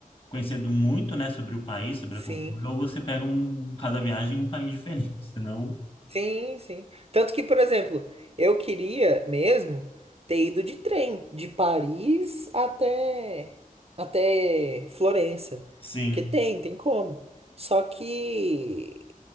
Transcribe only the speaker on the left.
conhecendo muito, né, sobre o país, sobre
a cultura, ou você pega um, cada viagem um país diferente, <laughs> senão...
Sim,